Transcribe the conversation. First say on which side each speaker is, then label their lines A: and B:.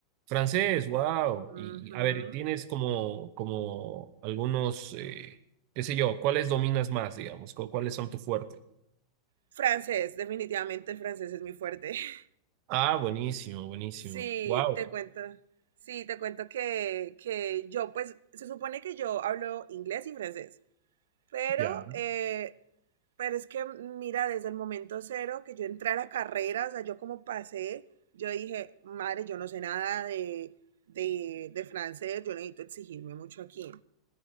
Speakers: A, on the right; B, on the right.
A: Francés, wow.
B: Ujú.
A: Y, y, a ver, ¿tienes como, como algunos, eh, qué sé yo, cuáles dominas más, digamos? ¿Cu- ¿Cuáles son tu fuerte?
B: Francés, definitivamente el francés es mi fuerte. <laughs>
A: Ah, buenísimo, buenísimo.
B: Sí,
A: Wow.
B: te cuento. Sí, te cuento que, que yo, pues, se supone que yo hablo inglés y francés, pero,
A: Ya,
B: eh, pero es que, mira, desde el momento cero que yo entré a la carrera, o sea, yo como pasé, yo dije, madre, yo no sé nada de, de, de francés, yo necesito exigirme mucho aquí.